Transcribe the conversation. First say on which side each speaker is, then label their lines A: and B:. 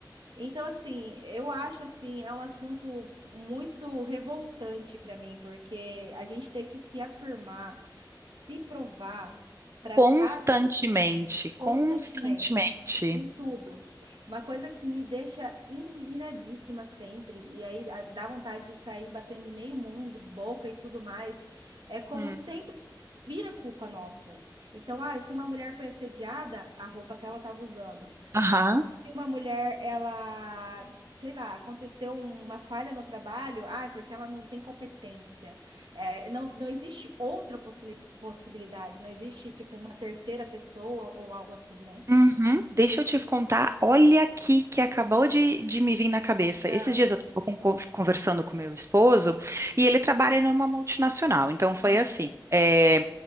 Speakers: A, on the right; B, on the right.
A: Então, assim, eu acho assim, é um assunto muito revoltante para mim, porque a gente tem que se afirmar, se provar para
B: Constantemente,
A: estar constantemente
B: constantemente.
A: em tudo. Uma coisa que me deixa indignadíssima sempre, e aí a- dá vontade de sair batendo em meio mundo, boca e tudo mais, é como
B: Hum.
A: sempre vira culpa nossa. Então, ah, se uma mulher foi assediada, a roupa que ela estava usando
B: Aham.
A: se uma mulher, ela, sei lá, aconteceu uma falha no trabalho, ah, é porque ela não tem competência. É, não, não existe outra possi- possibilidade, não existe, tipo, uma terceira pessoa ou algo assim, né?
B: Uhum. Deixa eu te contar, olha aqui que acabou de, de me vir na cabeça.
A: Ah,
B: Esses dias eu estava conversando com meu esposo e ele trabalha numa multinacional. Então foi
A: uhum,
B: assim. é,